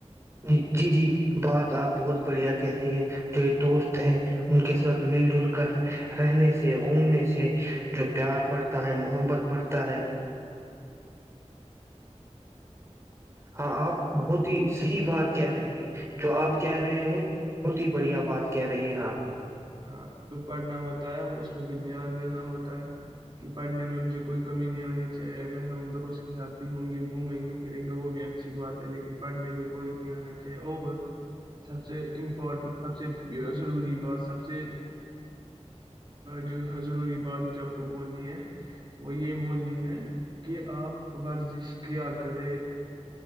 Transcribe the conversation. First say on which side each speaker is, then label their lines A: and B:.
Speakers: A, on the right; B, on the right.
A: ج جی جی بات آپ بہت بڑھیا کہہ رہی ہیں جو ایک دوست ہے ان کے ساتھ مل جل کر رہنے سے گھومنے سے جو پیار بڑھتا ہے محبت بڑھتا ہے ہاں آپ بہت ہی صحی بات کہہ رہے ہیں جو آپ کہہ رہے ہیں بہت ہی بڑھیا بات کہہ رہے ہیں آپ
B: ہاں جو پڑھنا ہوتا ہے وہ اس پہ بھی دھیان دینا ہوتا ہے کہ پڑھنے میں مجھے کوئی کمی نہیں آنی چاہے اگر ہم دوست ساتھ بھی ہوں گے گھومیں گے پھریں گے وہ بھی اچھی بات ہے لیکن پڑھنے پہ کوئی نہیں آنا چاہیے اور سب سے امپورٹنٹ سب سے ضروری بات سب سے سب سے جو ضروری بات جو آپ کو بولنی ہے وہ یہ بولنی ہے کہ آپ ورزش کیا کریں